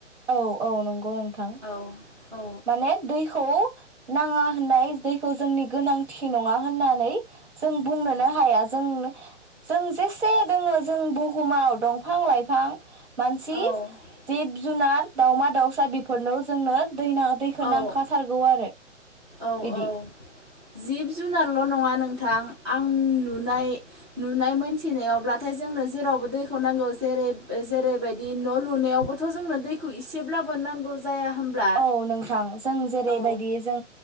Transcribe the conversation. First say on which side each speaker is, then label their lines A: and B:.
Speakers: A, on the right; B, on the right.
A: औ औ नंगौ नोंथां
B: औ औ
A: माने दैखौ नाङा होननाय दैखौ जोंनि गोनांथि नङा होननानै जों बुंनोनो हाया जों जों जेसे दोङो जों बुहुमाव दंफां लाइफां मानसि
B: औ
A: जिब जुनार दावमा दाउसा बेफोरनो जोंनो दैनो दैखौ
B: औ
A: नांखाथारगौ आरो
B: औ
A: बिदि
B: औ जिब जुनारल' नङा नोंथां आं नुनाय नुनाय मोनथिनायावब्लाथाय जोंनो जेरावबो दैखौ नांगौ जेरै जेरैबायदि न' लुनायावबोथ' जोंनो दैखौ इसेब्लाबो नांगौ ज जाया होमब्ला?
A: औ नोंथां जों जेरैबायदि
B: औ
A: जों